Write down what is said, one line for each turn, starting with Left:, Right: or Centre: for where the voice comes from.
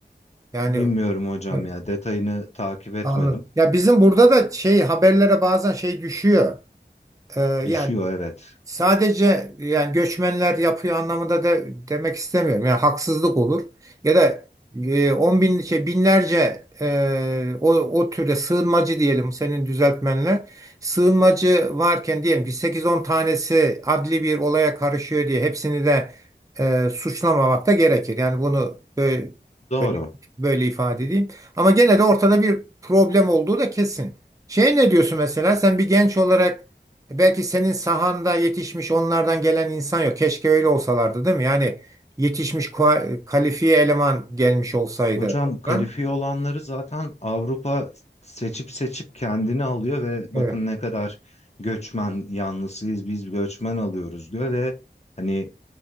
Right: Yani
Left: Bilmiyorum hocam
Right: evet,
Left: ya detayını takip etmedim.
Right: anladım. Ya bizim burada da şey haberlere bazen şey düşüyor. E, yani
Left: Düşüyor evet.
Right: Sadece yani göçmenler yapıyor anlamında da demek istemiyorum. Yani haksızlık olur. Ya da e, on bin, şey, binlerce e, o, o türde sığınmacı diyelim senin düzeltmenle. Sığınmacı varken diyelim ki 8-10 tanesi adli bir olaya karışıyor diye hepsini de e, suçlamamak da gerekir. Yani bunu böyle,
Left: Doğru.
Right: böyle, böyle ifade edeyim. Ama gene de ortada bir problem olduğu da kesin. Şey ne diyorsun mesela sen bir genç olarak Belki senin sahanda yetişmiş onlardan gelen insan yok. Keşke öyle olsalardı değil mi? Yani yetişmiş kua- kalifiye eleman gelmiş olsaydı.
Left: Hocam kalifiye
Right: Lan,
Left: olanları zaten Avrupa seçip seçip kendini alıyor ve bakın
Right: Evet.
Left: ne kadar göçmen yanlısıyız biz göçmen alıyoruz diyor ve hani